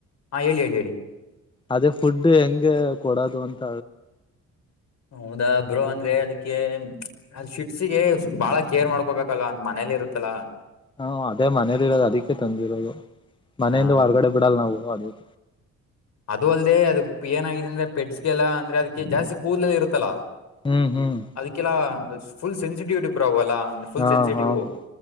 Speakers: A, on the left; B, on the left.
A: ಹಾ ಹೇಳಿ ಹೇಳಿ ಹೇಳಿ.
B: ಅದೇ ಫುಡ್ ಹೆಂಗೆ ಕೊಡದು ಅಂತ.
A: ಹೌದಾ ಬ್ರೋ ಅಂದ್ರೆ ಅದಕ್ಕೆ <inaudible> ಅದ್ ಫಿಟ್ಸಿಗೆ ಫಿ ಬಾಳ ಕೇರ್ ಮಾಡ್ಕೊಬೇಕಲ್ಲ ಅಂದ್ ಮನೇಲಿ. ಎಲ್ಲಿ ಇರುತ್ತಲಾ.
B: ಹ್ಮು ಅದೇ ಮನೇಲಿರೋದ್ ಅದಕ್ಕೆ ತಂದಿರೋದು ಮನೆಯಿಂದ
A: ಆ
B: ಹೊರ್ಗಡೆ ಬಿಡಲ್ ನಾವು ಅದಿಕೆ.
A: ಅದು ಅಲ್ಲದೆೇ ಅದಕ್ ಪಿ ಏನಾಗಿದೆ ಅಂದ್ರೆ ಪೆಡ್ಸ್ಗೆಲ್ಲ ಅಂದ್ರೆ ಅದಕ್ಕೆ ಜಾಸ್ತಿ ಕೂದ್ಲೆಲ್ಲ ಇರುತ್ತಲ್ಲಾ.
B: ಹ್ಮ್ ಹ್ಮ್
A: ಅದಕ್ಕೆಲ್ಲ ಸ್ ಫುಲ್ ಸೆನ್ಸಿಟಿವಿಟಿ ಬ್ರೊ ಅವಲ್ಲಾ. ಅಂಗ್ ಫುಲ್
B: ಹಾ
A: ಸೆನ್ಸಿಟಿವು.
B: ಹಾ ಬ್ರೋ